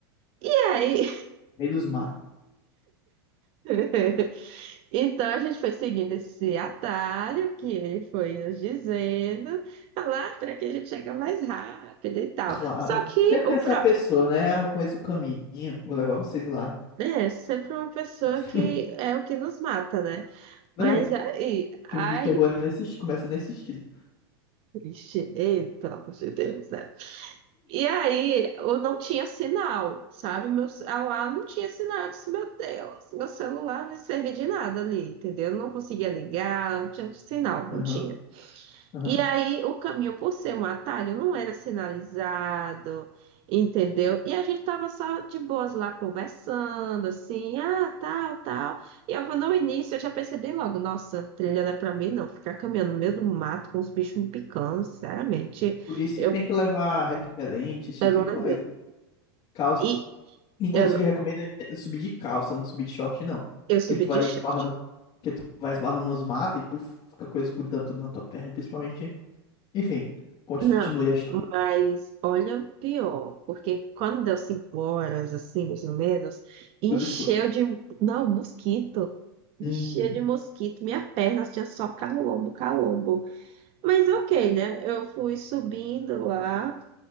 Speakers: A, on the right (about 45°); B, on the left (about 40°).
A: E aí
B: Meio dos matos.
A: <laughs> Então a gente foi seguindo esse atalho que ele foi nos dizendo, "Ah lá por aqui a gente chega mais rápido e tal.
B: Claro.
A: Só que
B: Sempre
A: o
B: tem essa
A: pro...
B: pessoa, né? Ah, eu conheço o caminho, vou levar vocês lá.
A: é sempre uma pessoa
B: <laughs>
A: que é o que nos mata, né? Mas
B: É,
A: aí, ai,
B: filme de terror é nesse, esti- começa nesse estilo.
A: triste, ei, pelo amor de Deus, né? E aí, eu não tinha sinal, sabe? Meu, ce- ah, lá não tinha sinal. Eu disse, meu Deus, meu celular não servia de nada ali, entendeu? Eu não conseguia ligar, não tinha sinal, não
B: Aham,
A: tinha.
B: aham.
A: E aí, o caminho, por ser um atalho, não era sinalizado, entendeu? E a gente tava só de boas lá conversando, assim, ah, tal, tal. E eu no início, eu já percebi logo, nossa, trilha não é pra mim, não. Ficar caminhando no meio do mato com os bichos me picando, sinceramente,
B: Por isso
A: eu,
B: que tem que levar repelente, esse tipo
A: eu não
B: de coisa.
A: levei.
B: Calça.
A: E
B: Inclusive,
A: eu, não-
B: recomendo subir de calça, não subir de short, não.
A: eu subi
B: Porque tu vai
A: de short.
B: esbarrando, vai esbarrando nos matos e puf, fica coisa grudando tudo na tua perna, principalmente. Enfim, continue
A: Não,
B: a história.
A: mas olha o pior, porque quando deu cinco horas, assim, mais ou menos, encheu
B: Tudo escuro.
A: de. Não, mosquito. Encheu
B: Hum,
A: de mosquito. Minha perna tinha só calombo, calombo. Mas ok, né? Eu fui subindo lá